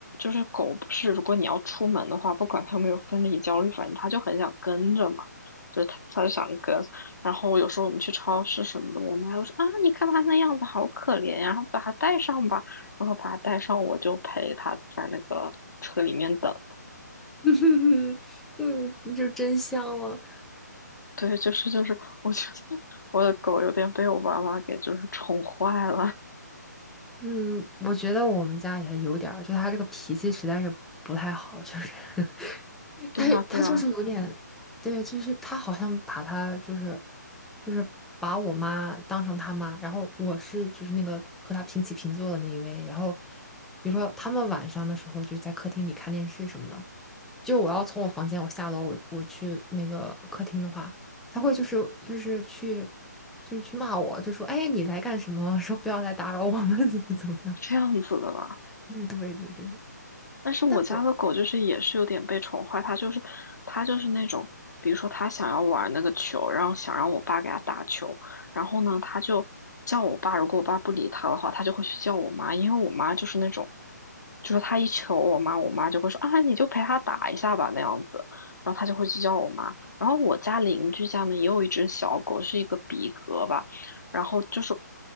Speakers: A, on the left (about 70°); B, in the centre.
A: 是狗不是如果你要出门的话，不管它有没有分离焦虑，反正它就很想跟着嘛。就它它就想跟，然后有时候我们去超市什么的，我妈就说啊，你看它那样子好可怜呀，然后把它带上吧，然后把它带上，我就陪它在那个车里面等。
B: <laughs> 嗯，就真香了。
A: 对，就是就是，我觉得我的狗有点被我爸妈给就是宠坏了。
B: 嗯，我觉得我们家也有点儿，就他这个脾气实在是不太好，就是 <laughs>
A: <laughs> 对呀，
B: 他他就是有点，
A: 对呀，
B: 对，就是他好像把他就是就是把我妈当成他妈，然后我是就是那个和他平起平坐的那一位，然后比如说他们晚上的时候就是在客厅里看电视什么的，就我要从我房间我下楼我我去那个客厅的话，他会就是就是去就是去骂我，就说哎你来干什么？说不要来打扰我们，怎么怎么样？
A: 是这样子的吧？
B: 嗯，对对对，
A: 但是我家的狗就是也是有点被宠坏，
B: 但我
A: 它就是它就是那种，比如说它想要玩那个球，然后想让我爸给它打球，然后呢，它就叫我爸，如果我爸不理它的话，它就会去叫我妈，因为我妈就是那种，就是它一求我妈，我妈就会说啊，你就陪它打一下吧那样子，然后它就会去叫我妈。然后我家邻居家呢也有一只小狗，是一个比格吧。然后就是